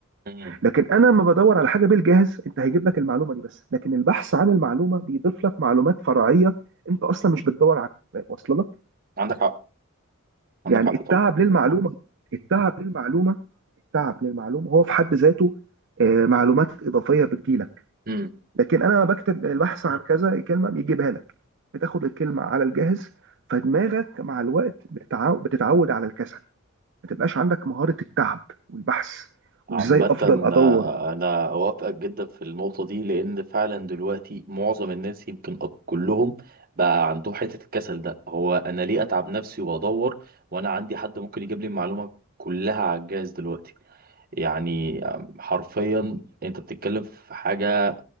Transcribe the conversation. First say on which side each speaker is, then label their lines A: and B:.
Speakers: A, on the right; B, on the right.
A: امم
B: لكن أنا لما بدور على حاجة بالجاهز أنت هيجيب لك المعلومة دي بس لكن البحث عن المعلومة بيضيف لك معلومات فرعية أنت أصلا مش بتدور عليها واصلة لك
A: عندك حق عندك
B: يعني
A: حق
B: التعب
A: طبعا
B: للمعلومة التعب للمعلومة التعب للمعلومة هو في حد ذاته آه، معلومات إضافية بتجيلك
A: مم.
B: لكن انا لما بكتب البحث عن كذا كلمه بيجيبها لك بتاخد الكلمه على الجاهز فدماغك مع الوقت بتتعو- بتتعود على الكسل ما تبقاش عندك مهاره التعب والبحث
A: عامة
B: وازاي افضل ادور
A: آه، أنا أوافقك جدا في النقطة دي لأن فعلا دلوقتي معظم الناس يمكن أك- كلهم بقى عندهم حتة الكسل ده هو أنا ليه أتعب نفسي وأدور وأنا عندي حد ممكن يجيب لي المعلومة كلها على الجهاز دلوقتي يعني آم، حرفيا أنت بتتكلم في حاجة